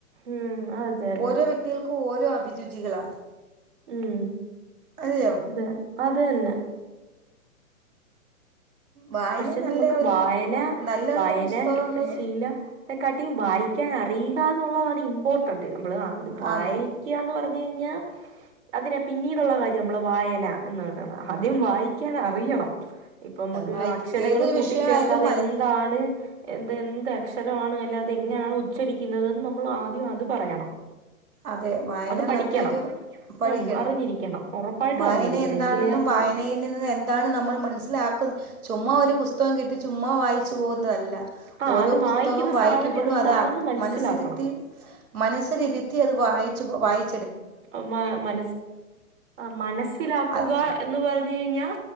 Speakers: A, on the right; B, on the right.
A: ഉം അതെ അതെ
B: ഓരോ വ്യക്തികൾക്കും ഓരോ അഭിരുചികളാ.
A: ഉം
B: അതെയോ
A: അത അത് തന്നെ.
B: വായന
A: പക്ഷെ
B: നല്ല
A: നമുക്ക്
B: ഒരു
A: വായന
B: നല്ല നല്ല
A: വായന
B: പുസ്തകങ്ങൾ
A: ശീലം ക്കാട്ടിയും വായിക്കാൻ അറിയുക എന്നുള്ളതാണ് ഇമ്പോർട്ടന്റ് നമ്മള് വായി
B: ആന്ന്
A: ക്യാന്ന് പറഞ് കഴിഞ്ഞാൽ അതിനെ പിന്നീടുള്ള കാര്യഅ നമ്മള് വായന എന്ന് പറയുന്നത് ആദ്യം വായിക്കാൻ അറിയണം ഇപ്പ മ്മക്ക്
B: വായിക്ക
A: ആ ക്ഷരങ്ങൾ
B: ഏതൊരു
A: കൂട്ടിച്ചേർത്താതെ
B: വിഷയമായാലും മല
A: എന്ത താണ് എന്ത്, എന്ത് അക്ഷര ആണ് അല്ല അത് ഇങ്ങണ് ഉച്ചരിക്കുന്നതെന്ന് നമ്മൾ ആദ്യം അത് പറയണം
B: അതെ വായന
A: അത് പഠിക്കണം
B: നല്ലൊരു പഠിക്കണം
A: ഉം അറിഞ്ഞിരിക്കണം ഉറപ്പായിട്ടും
B: വായന
A: അറിഞ്ഞിരിക്കണം
B: എന്താണെന്നും
A: എങ്കിലേ നമുക്ക്
B: വായനയിൽ അതിനിന്ന് എന്താണ് നമ്മൾ മനസ്സിലാക്കു ചുമ്മാ ഒരു പുസ്തകം കിട്ടി ചുമ്മാ വായിച്ചു പോകുന്നതല്ല.
A: ആ
B: ഓരോ
A: അത്
B: പുസ്തകം
A: വായിക്കുന്ന
B: വായിക്കുമ്പോഴും
A: സാധനം എന്താണെന്ന്
B: അത് അർ
A: മനസ്സിലാക്കണം
B: മനസ്സിരുത്തി മനസ്സിലിരുത്തി അത് വായിച്ച് വായി
A: ഉം മനസ് ആ മനസ്സിലാക്കുക
B: അത്
A: എന്ന് പറഞ്ഞു കഴിഞ്ഞാൽ